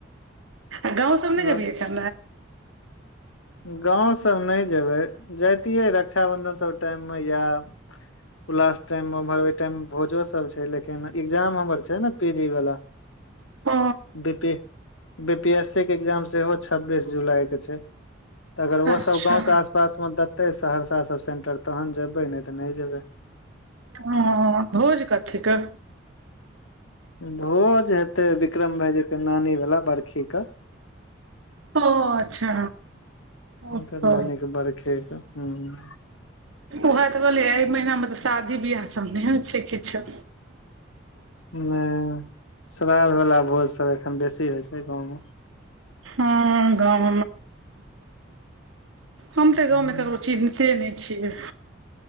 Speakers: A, on the right; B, on the left.
A: आ गाँव सब ने
B: आओर
A: जबि <unintelligible> खा
B: गाँवसभ नहि जेयबै जाइतियै रक्षाबन्धन सभ टाइम मे या उ लास टाइम मे उम्हर ओहि टाइम मे भोजो सब छै लेकिन एग्जाम हमर छै ने पी जी वला
A: ओ
B: B P B P S C के एग्जाम सेहो छब्बीस जुलाई क छै तऽ अगर ओ
A: अच्छा
B: सब गाँंवके आसपास मे देतै सहरसा सब सेंटर तहन जेबै नहि तऽ नहि जेबै
A: ह भोज कथीके
B: भोज हेतै बिक्रम भाईजी के नानी वला बरखी के
A: ओ अच्छा ओ
B: हुनकर
A: त
B: नानी के बरखे के हुं
A: उएह तऽ कहियै एहि महीनामे तऽ शादी बियाह सब नहि होइ छै किछो
B: ह श्रध वला भोज सब एखन बेसी होइ छै गाँवमे
A: हँ गाँव हम तऽ गाँवमे
B: हुं
A: ककरो चीन से नहि छियै